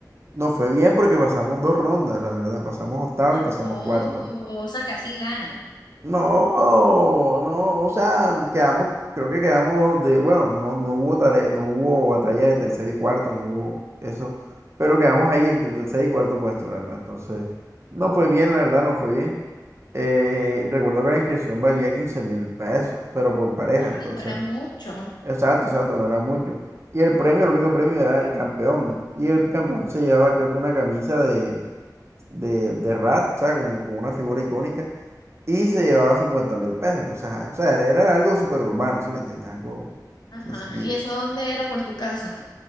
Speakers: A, on the right; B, on the left.
A: No fue bien porque pasamos dos rondas, la verdad, pasamos octavo y
B: Ajo,
A: pasamos cuarto.
B: o sea, casi ganan.
A: No, no, o sea, quedamos, creo que quedamos de, bueno, no, no hubo tare- no hubo batalla de tercer y cuarto, no hubo eso, pero quedamos ahí entre tercer y cuarto puesto, la verdad. Entonces, no fue bien, la verdad, no fue bien. Eh, recuerdo que la inscripción valía 15 mil pesos, pero por pareja,
B: Ah, pero
A: entonces,
B: no era mucho.
A: exacto, exacto, no era mucho. Y el premio, el único premio era el campeón, y el campeón se llevaba, creo que una camisa de, de, de Rat, o sea, como, como una figura icónica y se llevaba 50 mil pesos. Entonces, ajá, o sea, era, era algo súper urbano, ¿sí me entiendes? Algo
B: Ajá,
A: sencillito.
B: ¿y eso dónde era? ¿Por tu casa?